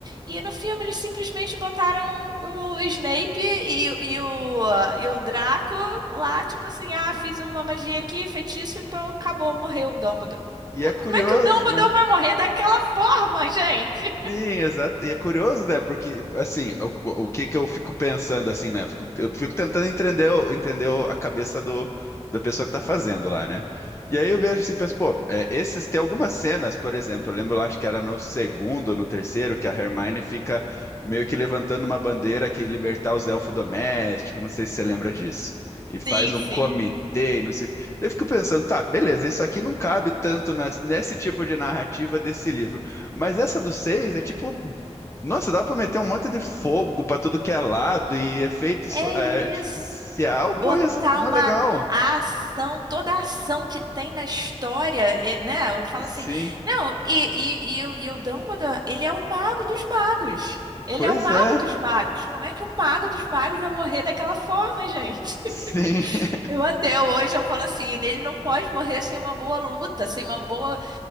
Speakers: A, on the right; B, on the left.
A: E no filme eles simplesmente botaram o Snape e, e o, e o Draco lá, tipo assim, ah,
B: e,
A: fiz uma magia aqui, feitiço e pô, acabou, morreu o Dumbledore.
B: e
A: O-
B: é curioso,
A: Como é que o Dumbledore
B: né?
A: vai morrer daquela forma, <laughs> gente?
B: Sim, exato. E é curioso, né? Porque, assim, o, o que que eu fico pensando, assim, né? Fico- Eu fico tentando entender, o- entender o- a cabeça do, da pessoa que tá fazendo lá, né? E aí eu vejo assim, penso, pô, é, esses, tem algumas cenas, por exemplo, eu lembro lá, acho que era no segundo, no terceiro, que a Hermione fica meio que levantando uma bandeira que libertar os elfos domésticos, não sei se você lembra disso. E faz
A: Sim,
B: um
A: sim.
B: comitê, e não sei o quê. Daí Eu fico pensando, tá, beleza, isso aqui não cabe tanto nas- nesse tipo de narrativa desse livro. Mas essa do 6 é tipo. Nossa, dá pra meter um monte de fogo pra tudo que é lado e efeito so-
A: É
B: é,
A: isso.
B: artificial.
A: Botar
B: Pô, ia ser mó
A: uma
B: legal.
A: a ação, toda a ação que tem na história, é, né? Eu falo
B: Sim,
A: assim, não, e, e, e, o e o Dumbledore, ele é o mago dos magos. Ele
B: pois
A: é o mago
B: é.
A: dos magos. Como é que o mago dos magos vai morrer daquela forma, gente?
B: Sim, <laughs>
A: <laughs> Eu até hoje eu falo assim, ele não pode morrer sem uma boa luta, sem uma boa,